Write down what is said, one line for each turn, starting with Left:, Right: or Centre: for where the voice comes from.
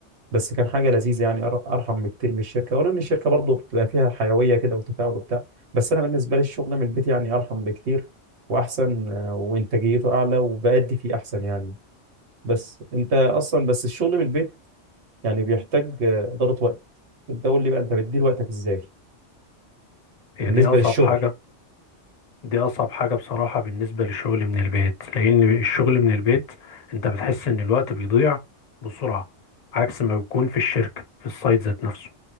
Right: بس كان حاجه لذيذه يعني أر- ارحم بكتير من الشركه ولو ان الشركه برضه بتبقى فيها حيويه كده وتفاعل وبتاع بس انا بالنسبه لي الشغل من البيت يعني ارحم بكتير واحسن آه، وانتاجيته اعلى وبأدي فيه احسن يعني بس انت اصلا بس الشغل من البيت يعني بيحتاج آه، اداره وقت انت قول لي بقى انت بتدير وقتك ازاي
Left: هي
Right: بالنسبه
Left: دي اصعب
Right: للشغل
Left: حاجة دي أصعب حاجة بصراحة بالنسبة للشغل من البيت لأن الشغل من البيت أنت بتحس إن الوقت بيضيع بسرعة عكس ما بيكون في الشركة في السايت ذات نفسه